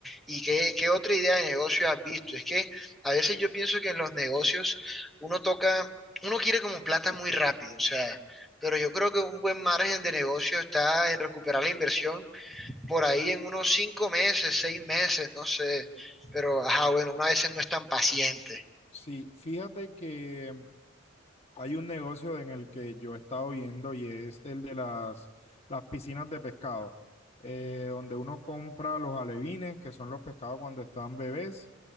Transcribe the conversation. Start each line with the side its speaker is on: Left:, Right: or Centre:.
Centre: ¿Y qué, qué otra idea de negocio has visto? Es que a veces yo pienso que en los negocios uno toca, uno quiere como plata muy rápido, o sea, pero yo creo que un buen margen de negocio está en recuperar la inversión por ahí en unos cinco meses, seis meses, no sé. Pero, ajá, bueno, una vez no es tan paciente.
Left: Sí, fíjate que hay un negocio en el que yo he estado viendo y es el de las, las piscinas de pescado, eh, donde uno compra los alevines, que son los pescados cuando están bebés,